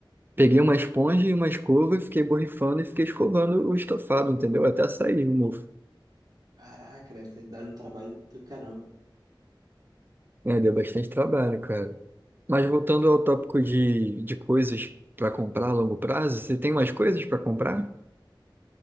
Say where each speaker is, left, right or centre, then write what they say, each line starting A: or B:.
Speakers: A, on the right (about 25°); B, on the right (about 50°).
A: peguei uma esponja e uma escova e fiquei borrifando e fiquei escovando o estofado, entendeu? Até sair o mofo.
B: Caraca, deve ter dado um trabalho do caramba.
A: É, deu bastante trabalho, cara. Mas voltando ao tópico de, de coisas para comprar a longo prazo, você tem mais coisas para comprar?